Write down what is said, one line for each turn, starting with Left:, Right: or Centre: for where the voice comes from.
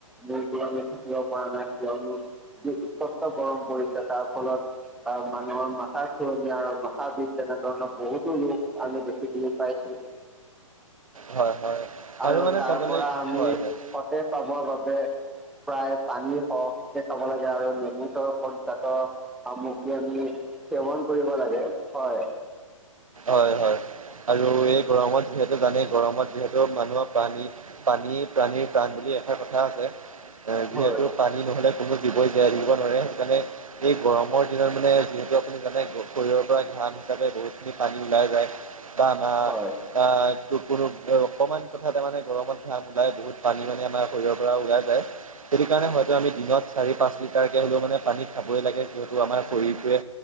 Centre: মোৰ ঘূৰণি থাকিব পৰা নাই কিয়নো যি উৎকষ্ট গৰম পৰিছে তাৰ ফলত আ, মানুহৰ মাথা ধণি আৰু মাথা বিষ তেনেধৰণৰ বহুতো ৰোগ আমি দেখিবলৈ পাইছো। <inaudible>
Right: হয়, হয়,
Centre: আৰু
Right: মানে
Centre: তাৰ
Right: চাবলে
Centre: পৰা আমি
Right: হয় হয়
Centre: সতেজ পাবৰ বাবে প্ৰায় পানী সহকে খাব লাগে আৰু নেমু চৰ্বত <unintelligible> সামগ্ৰী আনি সেৱন কৰিব লাগে হয়।
Right: হয়, হয়, আৰু এই গৰমত যিহেতু জানে গৰমত যিহেতু মানুহৰ পানী, পানী প্ৰানীৰ প্ৰাণ বুলি এটা কথা আছে, যিহেতু
Centre: হয়
Right: পানী নহলে কোনো দিবই যায় দিব নোৱাৰে, সেইকাৰণে এই গৰমৰ দিনত মানে যিহেতু আপুনি জানে শৰীৰৰ পৰা ঘান াতে বহুতখিনি পানী ওলাই যায়, বা আম
Centre: হয়
Right: আহ ত কোনো অকমান কথাতে মানে গৰমত ঘাম ওলাই বহুত পানী মানী আমাৰ শৰীৰৰ পৰা ওলাই যায়। সেইটো কাৰণে হয়তো আমি দিনত চাৰি পাঁচ লিটাৰকে হ'লেও মানে পানীত খাবই লাগে যিহেতু আমাৰ শৰীৰটোৱে